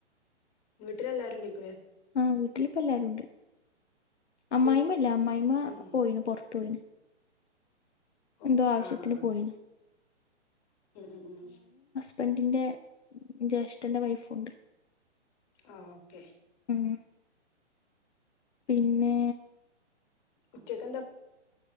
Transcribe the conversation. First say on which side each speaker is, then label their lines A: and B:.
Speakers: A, on the left; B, on the left.
A: വീട്ടിലെല്ലാരും ണ്ടെക്കുലെ
B: ആ വീട്ടിലിപ്പ എല്ലരുണ്ട് അമ്മായി്മല്ല
A: വീ
B: അമ്മായിമ്മ
A: ഉം
B: പോയിത്ത് തോയിന്ന
A: ഓ
B: എന്തോ ആവശ്യത്തിന്
A: ആ ആ
B: പോയിന്
A: ഉം ഉം ഉം
B: ്പന്റിന്റെ ജ്യേഷ്ഠന്റെ വൈഫുണ്ട്
A: ആ ഓക്കെ
B: ഉം പിന്നെ
A: ഉ ചിക്കൻ ത